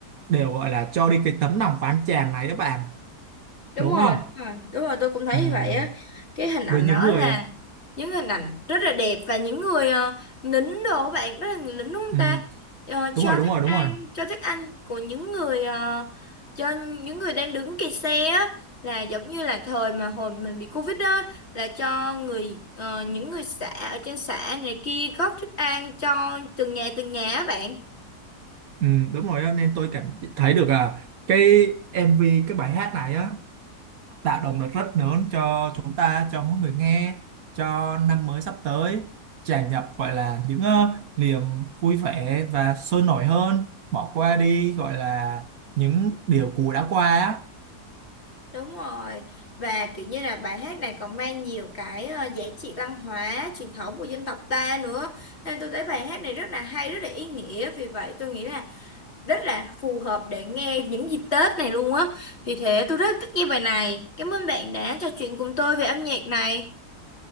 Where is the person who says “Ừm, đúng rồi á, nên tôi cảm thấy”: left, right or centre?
Right